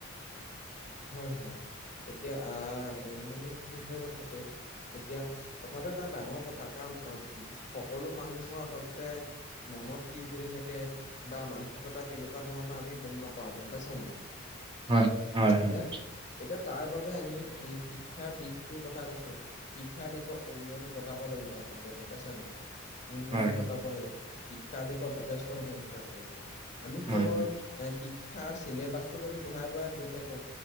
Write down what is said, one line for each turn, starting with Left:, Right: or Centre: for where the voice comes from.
Left: হয় হয়, এতিয়া আ মানে কি হয় কথাটো, এতিয়া কথাটো এটা ডাঙৰ কথা কাৰণ অ উম, সকলো মানুহৰ আচলতে মনত কি চলি থাকে বা মানসিকতা কেনেকুৱা ধৰণৰ আমি গম নাপাওঁ, গম পাইছা নাই।
Right: হয়। হয় হয়
Left: এতিয়া, এতিয়া তাৰ বাবে আমি এই শিক্ষাৰ দিশটোৰ কথা কৈছো। শিক্ষাৰ দিশত উন্নয়ন ঘটাব লাগিব আচলতে গম পাইছা নাই। উন্নয়ন
Right: হয় হয়
Left: ঘটাব লাগিব, শিক্ষাৰ দিশত যথেষ্ট উন্নয়ন ঘটাব লাগিব, আমি
Right: হয়
Left: কেৱল
Right: হয়
Left: এ শিক্ষাৰ চিলেবাছটো যদি বঢ়াই বঢ়াই গৈ থাকো